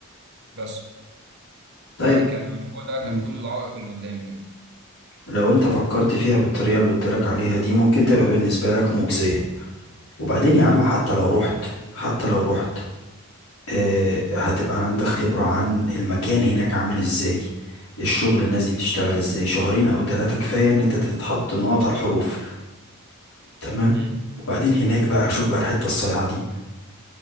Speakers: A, on the right; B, on the left.
A: بس
B: طيب
A: فكان هو ده
B: مم.
A: كان كل العائق اللي قدامي يعني
B: لو انت فكرت فيها بالطريقة اللي قلت لك عليها دي ممكن تبقى بالنسبة لك مجزية وبعدين يا
A: امم
B: عم حتى لو رحت حتى لو رحت آه هتبقى عندك خبرة عن المكان هناك عامل ازاي الشغل الناس دي بتشتغل ازاي شهرين او ثلاثة كفاية ان انت تتحط نقط على الحروف تمام
A: امم
B: وبعدين هناك بقى شوف بقى الحتة الصايعة دي